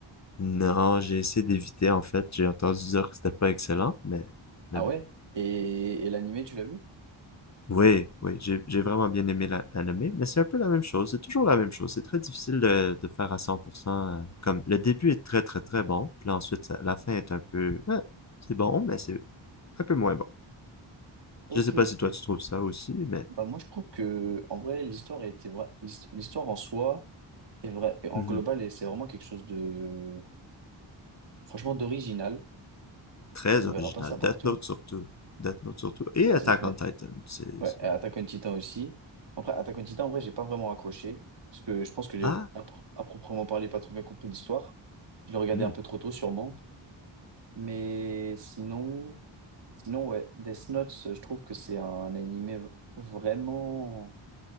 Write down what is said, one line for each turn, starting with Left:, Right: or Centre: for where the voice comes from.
Left: Non, j'ai essayé d'éviter en fait. J'ai entendu dire que c'était pas excellent, mais,
Right: Ah
Left: mais bon.
Right: ouais? Et, et l'animé, tu l'as vu?
Left: Oui, oui, j'ai j'ai vraiment bien aimé la- l'anime, mais c'est un peu la même chose. C'est toujours la même chose. C'est très difficile de, de faire à 100%. euh, comme le début est très très très bon, puis là, ensuite ça- la fin est un peu. ouais, c'est bon, mais c'est un peu moins bon.
Right: Ok,
Left: Je sais pas
Right: ok.
Left: si toi tu trouves ça aussi, mais
Right: Bah, moi, je trouve que, en vrai, l'histoire a été vra- l'hist- L'histoire en soi est vraie. Et En
Left: mhm.
Right: global, et c'est vraiment quelque chose de, franchement, d'original.
Left: Très
Right: On
Left: original.
Right: verra pas ça
Left: Death
Right: partout.
Left: Note surtout. Death Note surtout. Et
Right: Ouais,
Left: Attack
Right: c'est vrai.
Left: on Titan. C'est,
Right: Ouais,
Left: c'est...
Right: et Attack on Titan aussi. Après, Attack on Titan, en vrai, j'ai pas vraiment accroché. Parce que je pense que j'ai,
Left: Ah,
Right: à, pro- à proprement parler, pas trop bien compris l'histoire. Je le regardais
Left: hmm.
Right: un peu trop tôt, sûrement. Mais sinon, sinon, ouais, Death Note, euh, je trouve que c'est un animé vraiment,